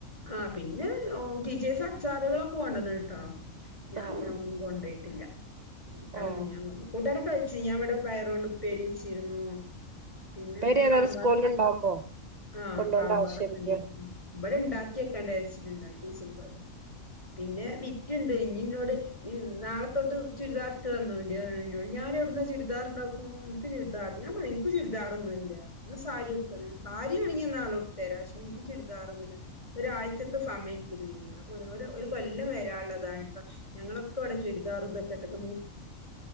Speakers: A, on the left; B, on the right.
A: ആ പിന്നെ ഓ ടീച്ചേഴ്സ് അച്ചാറുകളൊക്കെ കൊണ്ടുവന്ന്ണ് ട്ടോ ഞാൻ
B: ആഹ്
A: പിന്ന ഒന്നും കൊണ്ടയ്ട്ടില്ല കാണാനൊന്നും
B: ആഹ്
A: ഞാൻ <unintelligible> കൂട്ടാനൊക്കെ വെ ച്ച് ഞാവട പയറോണ്ട് ഉപ്പേരി വെച്ചിര്ന്നു. പിന്നെ
B: ഉപ്പേരി
A: എന്ത്
B: ഏതായാലും
A: സാമ്പാറ്
B: സ്കൂളിൽ ഉണ്ടാവുമ്പോ
A: ആ
B: കൊണ്ടോണ്ട
A: സാമ്പാറൊക്കെ
B: ആവശ്യല്ല
A: ഇണ്ടാക്കിന്. വ്ടെ ഇണ്ടാക്കിക്കെണ്ടേ ച്ച്ട്ട്ണ്ടായ് <unintelligible> പിന്നെ വിറ്റ്ണ്ട് ഞ് എന്നോട് ഇവ് നാള തൊട്ട് ചുരിദാർ ഇട്ട് വന്നു <unintelligible> ഞാൻ എവിടുന്നാ ചുരിദാർ ഇണ്ടാക്കുന്നു, നിക്ക് ചുരിദാർ ഞാൻ പറഞ്ഞു നിക്ക് ചുരിദാർ ഒന്നും ഇല്ല, <unintelligible> സാരി ഉടുത്ത <unintelligible> സാരി ആണെങ്കിൽ നാളെ ഉടുത്ത് വരാ, ഷേ നിക്ക് ചുരി <unintelligible> ഇവര് ആഴ്ച്ചക്ക് <unintelligible> ഒ ഒര് ഒര് കൊല്ലം വരാള്ളതാട്ടോ, ഞങ്ങളൊക്കെ ഇവടെ ചുരിദാറും ഇതൊക്കെ ഇട്ടിട്ട്